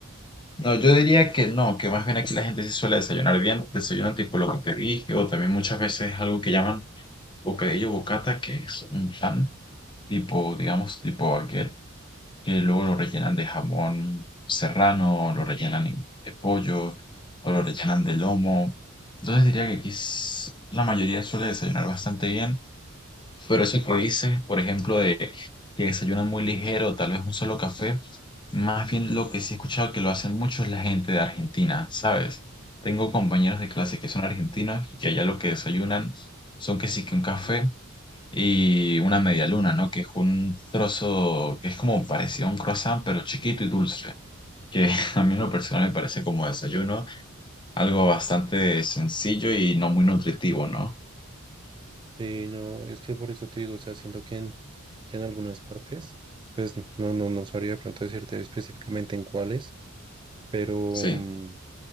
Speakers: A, on the left; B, on the right.
A: No, yo diría que no, que más bien aquí la gente sí suele desayunar bien, desayunan tipo lo que te dije, o también muchas veces algo que llaman bocadillo bocata, que es un pan tipo, digamos, tipo baguette, que luego lo rellenan de jamón serrano, o lo rellenan in- de pollo, o lo rellenan de lomo. Entonces diría que aquí s- la mayoría suele desayunar bastante bien, pero eso que dices, por ejemplo, de que desayunan muy ligero, tal vez un solo café, más bien lo que sí he escuchado que lo hacen mucho es la gente de Argentina, ¿sabes? Tengo compañeros de clase que son argentinos y que allá lo que desayunan son que sí que un café y una media luna, ¿no? Que es un trozo que es como parecido a un croissant, pero chiquito y dulce, que <laughs> a mí en lo personal me parece como desayuno, algo bastante sencillo y no muy nutritivo, ¿no?
B: Sí, no, es que por eso te digo, o sea, siento que en, que en algunas partes, pues no, no, no sabría de pronto decirte específicamente en cuáles, pero, mm,
A: Sí.